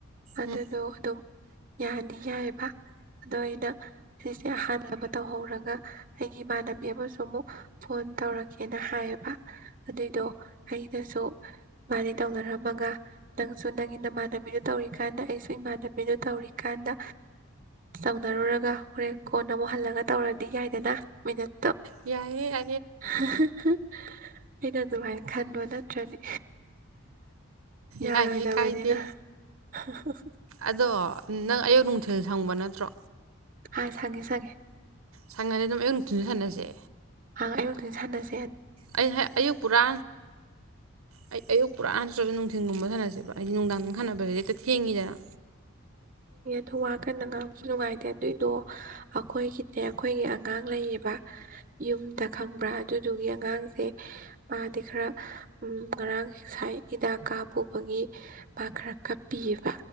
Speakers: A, on the right; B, on the right.
A: ꯑꯗꯨꯗ
B: ꯎꯝ
A: ꯑꯗꯨ ꯑꯗꯨꯝ ꯌꯥꯗꯤ ꯌꯥꯏꯑꯕ ꯑꯗꯣ ꯑꯩꯅ ꯁꯤꯁꯦ ꯑꯍꯥꯟꯕ ꯑꯃ ꯇꯧꯍꯧꯔꯒ ꯑꯩꯒꯤ ꯏꯃꯥꯟꯅꯕꯤ ꯑꯃꯁꯨ ꯑꯃꯨꯛ ꯐꯣꯟ ꯇꯧꯔꯛꯀꯦꯅ ꯍꯥꯏꯌꯦꯕ ꯑꯗꯨꯏꯗꯣ ꯑꯩꯩꯅꯁꯨ ꯃꯥꯕꯥꯅꯦ ꯇꯧꯅꯔꯝꯃꯒ ꯅꯪꯁꯨ ꯅꯪꯒꯤ ꯅꯃꯥꯟꯅꯕꯤꯗꯨ ꯇꯧꯔꯤꯀꯥꯟꯗ ꯑꯩꯁꯨ ꯏꯃꯥꯟꯅꯕꯤꯗꯨ ꯇꯧꯔꯤꯀꯥꯟꯗ ꯇꯧꯅꯔꯨꯔꯒ ꯍꯣꯔꯦꯟ ꯀꯣꯟ ꯑꯃꯨꯛ ꯍꯜꯂꯒ ꯇꯧꯔꯗꯤ ꯌꯥꯏꯗꯅ ꯃꯤꯅꯠ
B: ꯌꯥꯏ ꯌ
A: <unintelligible> ꯎꯝ ꯑꯩꯅ ꯑꯗꯨꯃꯥꯏꯅ ꯈꯟꯕ ꯅꯠꯇ꯭ꯔꯅꯤ ꯌꯥꯔꯣꯏꯗꯕꯅꯤꯅ
B: ꯌꯥꯏꯌꯦ ꯀꯥꯏꯗꯦ
A: <unintelligible>
B: ꯑꯗꯣ ꯅꯪ ꯑꯌꯨꯛ ꯅꯨꯡꯊꯤꯜ ꯁꯪꯕ ꯅꯠꯇ꯭ꯔꯣ
A: ꯑꯥ ꯁꯉꯦ ꯁꯒꯦ
B: ꯁꯪꯅ ꯑꯗꯨꯝꯃ ꯎ ꯊꯨꯅ ꯁꯥꯟꯅꯁꯦ
A: ꯑꯪ ꯑꯩꯌꯨꯛꯇ ꯁꯥꯟꯅꯁꯤꯦ
B: ꯑꯩ ꯑꯌꯨꯛ ꯄꯨꯔꯥ ꯑꯩ ꯑꯌꯨꯛ ꯄꯨꯔꯥ ꯍ ꯆꯁꯤ ꯅꯨꯡꯊꯤꯟꯒꯨꯝꯕ ꯊꯅꯦ ꯖ ꯍꯥꯏꯗꯤ ꯅꯨꯡꯗꯥꯡ ꯈꯥꯟꯅꯕꯒꯤꯁ ꯍꯦꯛꯇ ꯊꯦꯡꯉꯤꯗꯅ
A: ꯑ ꯋꯥ ꯀꯟꯅ ꯉꯥꯡꯕꯁꯨ ꯅꯨꯡꯉꯥꯏꯇꯦ ꯑꯗꯨꯏꯗꯣ ꯑꯩꯈꯣꯏꯒꯤꯅꯦ ꯑꯩꯈꯣꯏꯒꯤ ꯑꯉꯥꯡ ꯂꯩꯌꯦꯕ ꯌꯨꯝꯗ ꯈꯪꯕ꯭ꯔꯥ ꯑꯗꯨ ꯑꯗꯨꯒꯤ ꯑꯉꯥꯡꯁꯦ ꯃꯥꯗꯤ ꯈꯔ ꯉꯔꯥꯡ ꯉꯥꯏ ꯍꯤꯗꯥꯛ ꯀꯥꯞ ꯄꯨꯕꯒꯤ ꯄꯥ ꯈꯔ ꯀꯞꯄꯤꯑꯕ